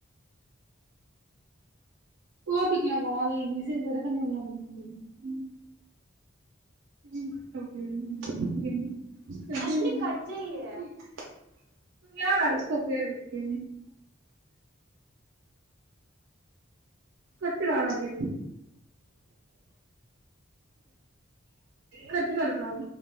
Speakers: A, on the right; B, on the right.
A: ఓపికలా వాల్ మెసేజ్ నేన్ బడద <unintelligible>
B: అశ్విని కట్ చెయ్యే
A: యాలరుస్తావ్ పేరు పెట్టి కట్ గాల అది కట్ కల కట్ కాల